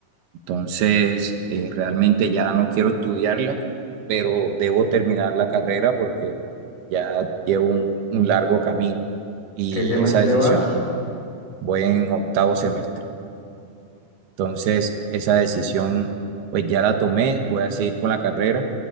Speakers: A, on the right (about 80°); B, on the left (about 20°).
A: Entonces, eh, realmente ya no quiero estudiarla, pero debo terminar la carrera porque ya llevo un, un largo camino y
B: ¿Qué semestre
A: esa decisión,
B: vas?
A: voy en octavo semestre. Entonces, esa decisión, pues ya la tomé, voy a seguir con la carrera,